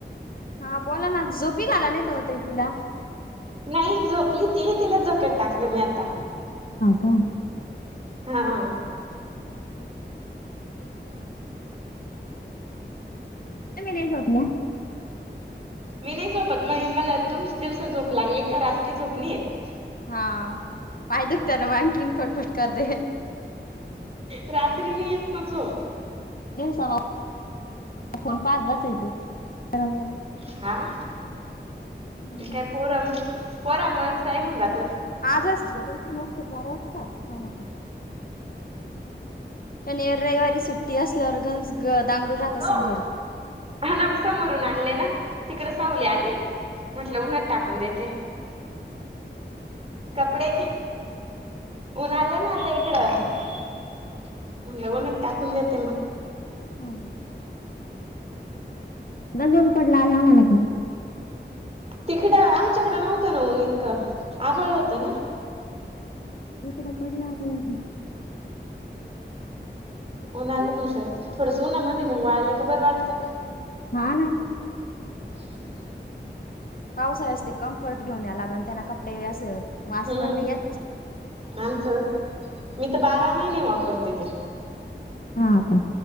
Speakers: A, on the left; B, on the right.
A: हा बोला ना झोपी घ आला नाही त हो ताई तिला
B: नाही झोपली तीही तिला झोक्यात टाकलं मी आता
A: का
B: हा
A: प
B: मी नाही झोपत मग मला दिवसात झोप लागली का रात्री झोपणीत
A: हा पाय दुखत ना मन कीन फटफट कर दे
B: रात्री नि येत मग झोप
A: दिवसा फोन पहात बचायचं म
B: हा
A: हम्म
B: काय पोर पोरामुळेच टाईम होऊन जात,
A: आजच बिकु मस्त वा शनि रविवारी सुट्टी असल्यावर गंज ग दांगडू राहत असन
B: हो
A: घरी
B: समोरून आणले ना, तिकड सावली आली म्हटलं उन्हात टाकून देते, कपडे ऊन आले ना आता इकडं म्हणलं उन्हात टाकून देते मग
A: हम् नजून पडला आ आम्हाला पण
B: तिकड आमच्याकडें नव्हतं ऊन इतकं आभाळ होत नान,
A: इकडं पडला आता ऊन
B: ऊन आलं म्हट थोडस उना मध मग वाळले का बरं वाटत,
A: हा ना
B: हम
A: पावसाळ्या अस ते कम्फर्ट घेऊन या लागण त्यांना कपडे असं वास
B: हम्म
A: पण नाही या
B: आमचं मी तर बारा महिने वापरते ते
A: हा का